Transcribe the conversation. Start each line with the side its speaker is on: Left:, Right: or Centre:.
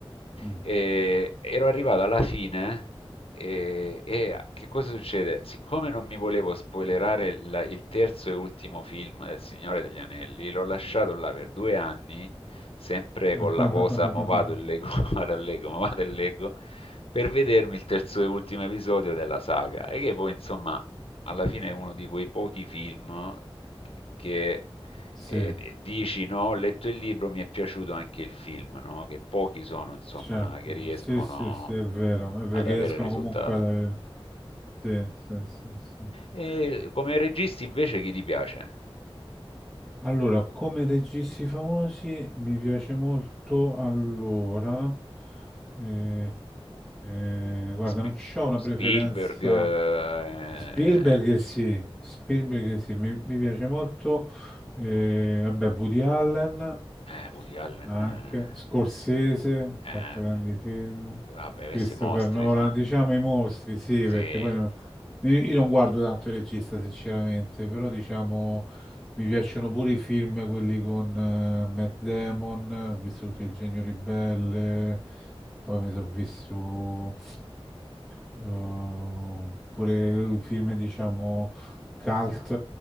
Centre: mm.
Left: E ero arrivato alla fine e, e che cosa succede? Siccome non mi volevo spoilerare la- il terzo e ultimo film del Signore degli Anelli, l'ho lasciato là per due anni, sempre
Centre: <laughs>
Left: con la cosa, mo vado e leggo, <laughs> mo vado e leggo, mo vado e leggo per vedermi il terzo e ultimo episodio della saga e che poi insomma alla fine è uno di quei pochi film che
Centre: Sì,
Left: eh, dici, no, ho letto il libro, mi è piaciuto anche il film, no? Che pochi sono, insomma,
Centre: certo,
Left: che riescono
Centre: sì, sì, sì, è vero, è perché
Left: ad avere
Centre: riescono
Left: il risultato.
Centre: comunque ad avere... Sì, sì, sì, sì, sì.
Left: E come registi invece chi ti piace?
Centre: Allora, come registi famosi mi piace molto, allora, eh, eh, guarda,
Left: Spi-
Centre: non c'ho una
Left: Spielberg,
Centre: preferenza
Left: eh,
Centre: Spielberg sì, Spielberg sì, mi, mi piace molto, eh, vabbè, Woody Allen
Left: eh, Woody Allen,
Centre: anche,
Left: eh,
Centre: Scorsese, ha
Left: eh,
Centre: fatto grandi film,
Left: vabbè, questi
Centre: Christopher
Left: mostri
Centre: Nolan,
Left: sono.
Centre: diciamo i mostri, sì,
Left: Sì.
Centre: perché poi no- io, io non guardo tanto il regista sinceramente, però diciamo mi piacciono pure i film, quelli con eh, Matt Damon, ho visto tutto Il Genio Ribelle, poi mi sono visto oppure film, diciamo, cult,